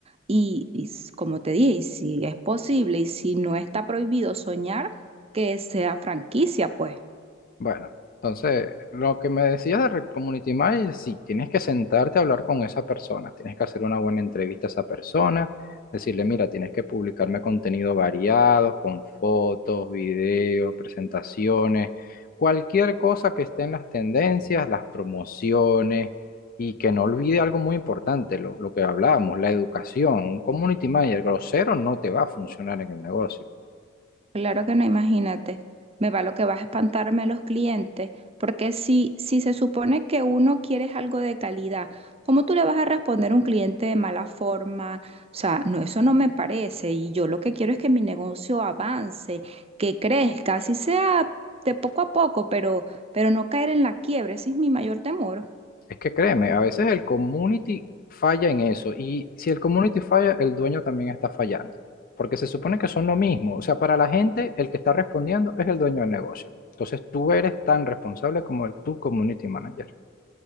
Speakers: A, on the right; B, on the left.
A: Y, y s- como te dije, y si es posible y si no está prohibido soñar, que sea franquicia, pues.
B: Bueno, entonces, lo que me decías de Red Community Manager, sí, tienes que sentarte a hablar con esa persona, tienes que hacer una buena entrevista a esa persona, decirle, mira, tienes que publicarme contenido variado, con fotos, videos, presentaciones, cualquier cosa que esté en las tendencias, las promociones, y que no olvide algo muy importante, lo, lo que hablábamos, la educación. Un community manager grosero no te va a funcionar en el negocio.
A: Claro que no, imagínate. Me va lo que vas a espantarme los clientes, porque si, si se supone que uno quiere es algo de calidad, ¿cómo tú le vas a responder a un cliente de mala forma? O sea, no, eso no me parece. Y yo lo que quiero es que mi negocio avance, que crezca, así sea de poco a poco, pero, pero no caer en la quiebra. Ese es mi mayor temor.
B: Es que créeme, a veces el community falla en eso y si el community falla, el dueño también está fallando, porque se supone que son lo mismo. O sea, para la gente, el que está respondiendo es el dueño del negocio. Entonces tú eres tan responsable como el, tu community manager.